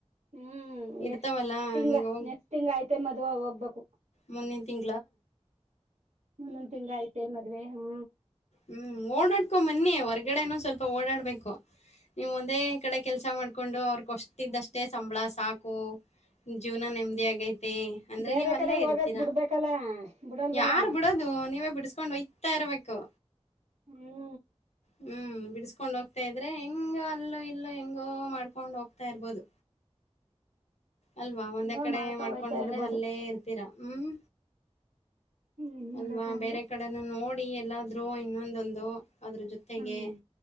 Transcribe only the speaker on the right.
ಹ್ಮ್
ನೆಕ್ಸ್ಟ್ ತಿಂಗ
ನೆಕ್ಸ್ಟ್ ತಿಂಗ್ ಆಯ್ತೆ ಮದ್ವ ಹೋಗ್ಬೇಕು
ಮುಂದೊಂದ್ ತಿಂಗ್ ಐತೆ ಮದ್ವೆ ಹಾ
ಬೇರೆ
ಕಡೆ ಹೋಗಕ್
ಬಿಡ್ಬೇಕಲ್ಲ ಬಿಡಲ್ವಲ್ಲ.
ಹ್ಮ್
ಹೆಂಗೋ
ಮಾಡ್ಕೊ
ಹೋಯ್ತಾ ಇರ್ಬೋದು.
ಏನ್
ಮಾಡಕ್ ಆಗಲ್ಲ
ಹ್ಮ್